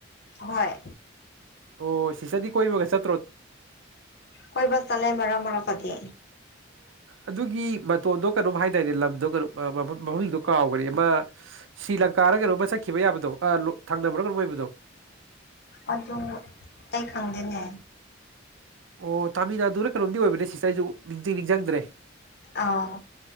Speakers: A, on the left (about 50°); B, on the right (about 75°).
A: ꯍꯣꯏ
B: ꯑꯣ ꯁꯤꯁꯗꯤ ꯀꯣꯏꯕ ꯀ ꯆ
A: ꯀꯣꯏꯕ ꯆꯠꯂꯦ ꯃꯔꯛ ꯃꯔꯛꯇꯗꯤ
B: ꯑꯗꯨ ꯃꯇꯣꯟꯗꯣ ꯀꯩꯅꯣꯝ ꯍꯥꯏꯇꯥꯔꯅꯦ ꯂꯝꯗꯣ ꯀꯩꯅꯣ ꯃꯃꯤꯡꯗꯣ ꯀꯥꯎꯈ꯭ꯔꯦ ꯑꯃ ꯁꯤ꯭ꯔꯤ ꯂꯪꯀꯥꯗ ꯀꯩꯅꯣꯝꯃ ꯆꯠꯈꯤꯕ ꯌꯥꯕꯗꯣ ꯊꯥꯡꯅꯕ꯭ꯔꯥꯒ ꯂꯣꯏꯕꯗꯣ
A: ꯑꯗꯨ ꯑꯩ ꯈꯪꯗꯦꯅꯦ
B: ꯑꯣ ꯇꯥꯃꯤꯜ ꯅꯥꯗꯨꯅ ꯀꯩꯅꯣꯝꯗꯤ ꯑꯣꯏꯕꯅꯦ ꯁꯤꯗ ꯑꯩꯁꯨ ꯅꯤꯡꯁꯤꯡ ꯅꯤꯡꯁꯤꯡꯗ꯭ꯔꯦ
A: ꯑꯥ